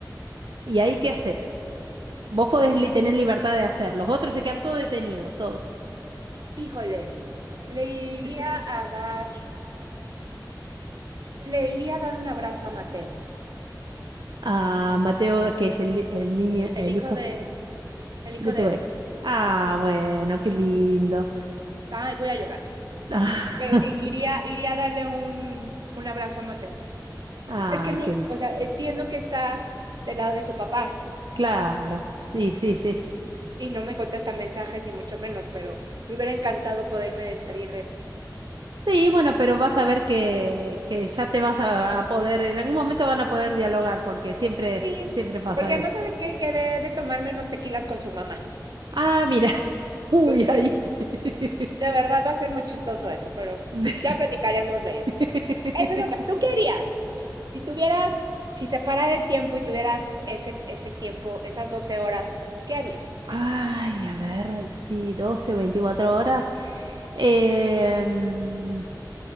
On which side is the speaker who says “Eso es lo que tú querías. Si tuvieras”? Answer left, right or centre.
Right